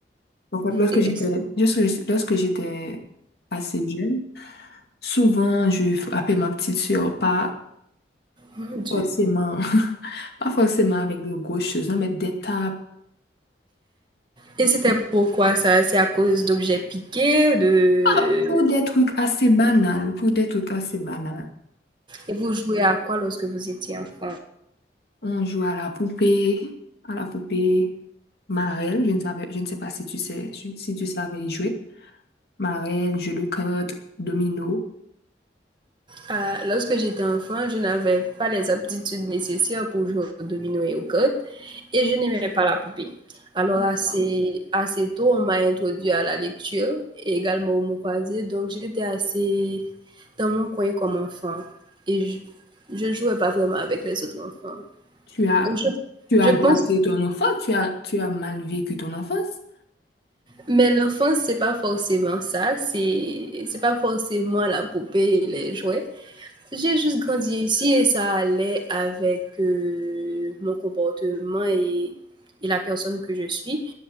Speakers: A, on the left (about 65°); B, on the right (about 25°).
A: Par contre, lorsque
B: Et,
A: j'étais, lorsque lorsque j'étais assez jeune, souvent je frappais ma petite sœur, pas
B: mon Dieu.
A: forcément, <laughs> pas forcément avec de grosses choses, hein, mais des tapes,
B: Et c'était pourquoi ça? C'est à cause d'objets piqués, de...
A: Ah, pour des trucs assez banals, pour des trucs assez banals.
B: Et vous jouez à quoi lorsque vous étiez enfant?
A: On joue à la poupée, à la poupée marelle. Je ne savais, je ne sais pas si tu sais, si si tu savais y jouer. Marelle, jeu de cartes, domino.
B: Ah, lorsque j'étais enfant, je n'avais pas les aptitudes nécessaires pour jouer au domino et aux cartes et je n'aimais pas la poupée. Alors assez,
A: Wow.
B: assez tôt, on m'a introduit à la lecture et également au mot croisé, donc j'étais assez dans mon coin comme enfant et je, je jouais pas vraiment avec les autres enfants.
A: Tu as,
B: Donc je,
A: tu
B: je
A: as
B: pense,
A: gâté ton enfance, tu as, tu as mal vécu ton enfance.
B: mais l'enfance, c'est pas forcément ça, c'est, c'est pas forcément la poupée et les jouets. J'ai juste grandi ici et ça allait avec, heu, mon comportement et et la personne que je suis.